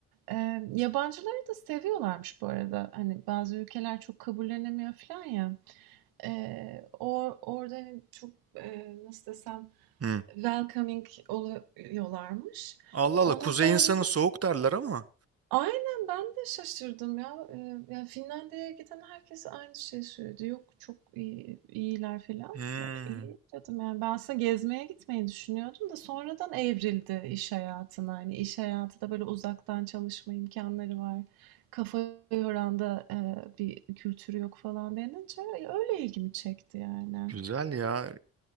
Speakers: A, on the right; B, on the right.
A: Ee, yabancıları da seviyorlarmış bu arada. Hani bazı ülkeler çok kabullenemiyor falan ya. Ee, or, orada hani çok e, nasıl desem
B: Hı.
A: welcoming oluyorlarmış.
B: Allah Allah
A: O
B: kuzey
A: nedenle
B: insanı soğuk derler ama.
A: Aynen ben de şaşırdım ya. Eee, ya Finlandiya'ya giden herkes aynı şeyi söyledi. Yok çok iyi, iyiler falan.
B: Hı.
A: Ben, İyi dedim yani ben aslında gezmeye gitmeyi düşünüyordum da sonradan evrildi iş hayatına. Hani iş hayatı da böyle uzaktan çalışma imkanları var. Kafa yoran da eee, bir kültürü yok falan denince öyle ilgimi çekti yani.
B: Güzel ya.